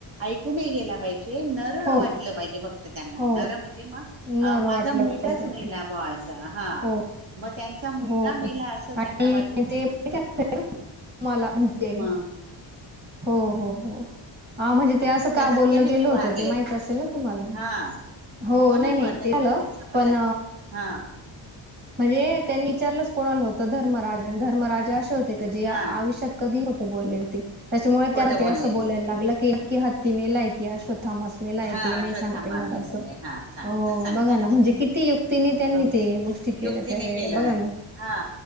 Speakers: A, on the right; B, on the right.
A: ऐकू नाही गेला पाहिजे, नर
B: हो,
A: वाटलं पाहिजे फक् त त्यांना.
B: हो.
A: नर म्हणजे म
B: नर
A: माझा
B: वाटलं
A: मुलगाच
B: पाहिजे त्यांना.
A: मेला ब आज. हा,
B: हो,
A: मग त्यांचा मुलगा
B: हो.
A: मेला अस
B: आणि
A: त्यांना वाटतं.
B: ते ते <inaudible> तुम्हाला म्हणजे
A: मग
B: हो हो हो. हा म्हणजे ते असं
A: त्या
B: का
A: धक्क्याने
B: बोललं गेलं होतं,
A: वारले
B: ते माहित असेल ना तुम्हाला.
A: हा
B: हो
A: ना
B: नाही
A: मग
B: नाही
A: त्याच्यामुळे
B: ते झालं,
A: समजलं
B: पण
A: हा
B: म्हणजे त्यांनी विचारलंच कोणाला होतं धर्मराज आणि धर्मराजा असे हो ते क जे आयुष्यात
A: हा
B: कधी बोललेलं ते. त्याच्यामुळे
A: खोटं
B: त्यांना
A: बोलले
B: ते असं बोलायला
A: नाही
B: लागलं की की हत्तीने लायकी हा श थॉमस मेलाय
A: हा
B: त
A: अश्वथामा
B: नाही सांगतेय मला
A: मेलेला
B: असं.
A: आहे हा सांगता
B: हो,
A: सांगता
B: बघा ना
A: येणार
B: म्हणजे किती युक्तीने त्यांनी
A: पण
B: ते गोष्टी केल्या
A: युक्तीने
B: त्यावेेळेला
A: केलंय.
B: बघा ना
A: हा